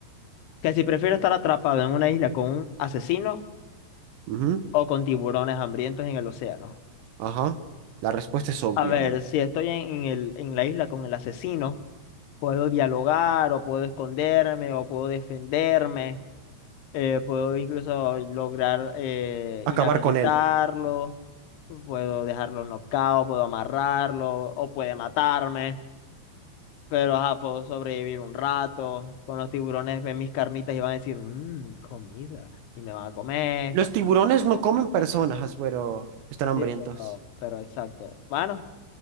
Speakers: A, on the left (about 70°); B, on the right (about 75°).
A: Que si prefiero estar atrapado en una isla con un asesino
B: Ujú,
A: o con tiburones hambrientos en el océano.
B: Ajá. La respuesta es obvia,
A: A ver,
B: hermano.
A: si estoy en, en el, en la isla con el asesino, puedo dialogar o puedo esconderme o puedo defenderme. Eh, puedo incluso lograr eh,
B: Acabar
A: inhabilitarlo,
B: con él.
A: puedo dejarlo nocaut, puedo amarrarlo, o puede matarme, pero ajá, puedo sobrevivir un rato. Con los tiburones ven mis carnitas y van a decir, mmm, comida, y me van a comer.
B: Los tiburones no comen personas, pero están hambrientos.
A: Sí, pero, pero exacto. Bueno,